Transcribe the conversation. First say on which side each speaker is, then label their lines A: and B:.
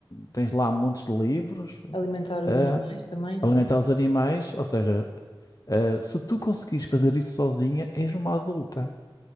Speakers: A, on the left; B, on the left.
A: Tens lá montes de livros,
B: Alimentar os
A: ah,
B: animais também, não
A: alimentar
B: é?
A: os animais, ou seja, ah, se tu conseguires fazer isso sozinha, és uma adulta.